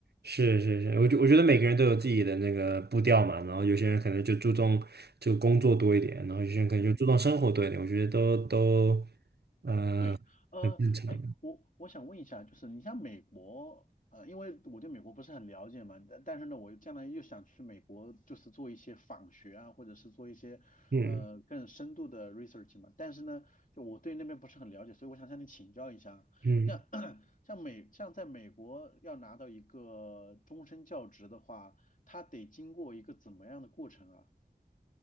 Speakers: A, on the right (about 75°); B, on the left (about 50°).
A: 是是是，我觉我觉得每个人都有自己的那个步调嘛，然后有些人可能就注重就工作多一点，然后有些人可能就注重生活多一点，
B: 嗯。
A: 我觉得都都，呃，
B: 对，呃，
A: 很正常，
B: 哎，我我想问一下，就是你像美国，呃，因为我对美国不是很了解嘛，但但是呢，我将来又想去美国，就是做一些访学啊，或者是做一些呃更深度的
A: 嗯
B: research 嘛，但是呢，就我对那边不是很了解，所以我想向你请教一下，
A: 嗯。
B: 像 <clears throat> 像美像在美国要拿到一个终身教职的话，它得经过一个怎么样的过程啊？